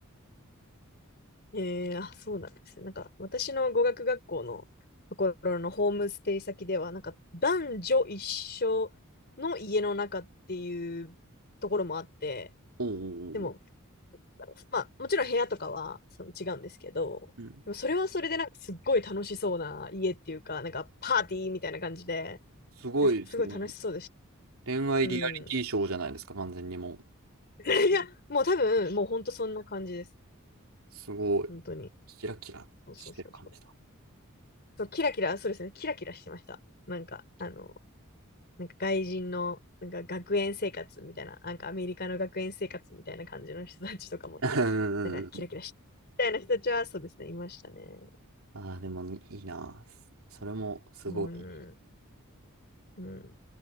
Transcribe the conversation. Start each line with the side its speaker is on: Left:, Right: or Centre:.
Left: ええ <laughs> あ、そうなんですね。なんか、私の語学学校のところのホームステイ先では、なんか、男女一緒の家の中っていうところもあって、
Right: <laughs> おーおーおー
Left: でも、だろうまあ、もちろん部屋とかはその違うんですけど、
Right: うん。
Left: でもそれはそれでなんかすっごい楽しそうな家っていうか、なんかパーティーみたいな感じで、
Right: すごいですね。
Left: ですごい楽しそうでした。
Right: 恋愛リアリティショーじゃないですか、
Left: うん。
Right: 完全にもう。
Left: <laughs> いや、もう多分、もう本当そんな感じです。
Right: すごい。
Left: 本当に。
Right: キラキラしてる感じだ。
Left: そうそうそうそう。そうキラキラ、そうですね、キラキラしてました。なんか、あの、なんか外人の、なんか学園生活みたいな、なんかアメリカの学園生活みたいな感じの人たちとかも、
Right: <laughs> うんうんうん
Left: なんかキラキラしてみたいな人たちは、そうですね、いましたね。
Right: ああ、でもいいな。そそれもすごい。
Left: うん。うん。